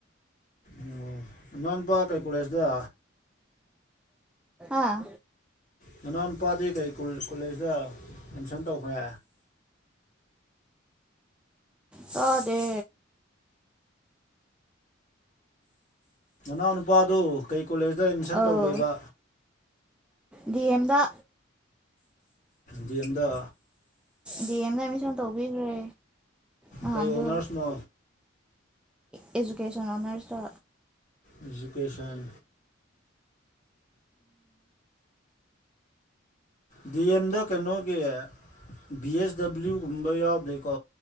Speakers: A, on the left; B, in the centre.
A: ꯑꯣ ꯅꯅꯥꯎ ꯅꯨꯄꯥ ꯀꯩ ꯀꯣꯂꯦꯖꯗ
B: ꯑꯥ
A: ꯅꯅꯥꯎ ꯅꯨꯄꯥꯗꯤ ꯀꯩ ꯀꯣꯂꯦꯖꯇ ꯑꯦꯠꯃꯤꯁꯟ ꯇꯧꯈ꯭ꯔꯦ
B: ꯇꯗꯦ
A: ꯅꯅꯥꯎ ꯅꯨꯗꯣ ꯀꯩ ꯀꯣꯂꯦꯖꯇ ꯑꯦꯠꯃꯤꯁꯟ
B: ꯑꯧ
A: ꯇꯧꯒꯦꯕ
B: ꯗꯤ ꯑꯦꯝꯗ
A: ꯗꯤ ꯑꯦꯝꯗ
B: ꯗꯤꯑꯦꯝꯗ ꯑꯦꯃꯤꯁꯟ ꯑꯩꯅꯥ ꯇꯧꯕꯤꯈ꯭ꯔꯦ ꯅꯍꯥꯟꯗꯣ
A: ꯀꯩ ꯑꯣꯅꯔꯁꯅꯣ
B: ꯑꯦꯖꯨꯀꯦꯁꯟ ꯑꯣꯅꯔꯁ
A: ꯑꯦꯖꯨꯀꯦꯁꯟ ꯗꯤ ꯑꯦꯝꯗ ꯀꯩꯅꯣꯒꯤ ꯚꯤ ꯑꯦꯁ ꯗꯕ꯭ꯂꯤꯎꯒꯨꯝꯕ ꯌꯥꯎꯗꯦꯀꯣ